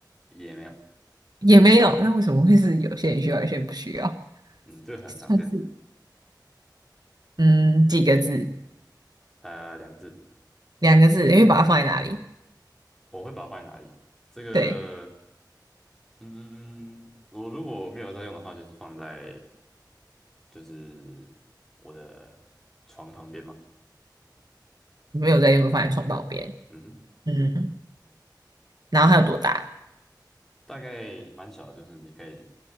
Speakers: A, in the centre; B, on the right.
A: 也没有，
B: 也没有，那为什么会是有些人需要，有些人不需要？
A: 嗯，这个很常见，
B: <laughs> 算是嗯，几个字，
A: 呃，两个字，
B: 两个字，你会把它放在哪里？
A: 我会把它放在哪里？这个，
B: 对，
A: 嗯，嗯嗯我如果没有在用的话，就是放在就是我的床旁边嘛，
B: 没有在用，放在床旁边。
A: 嗯哼。
B: 嗯，然后它有多大？
A: 大概蛮小的，就是你可以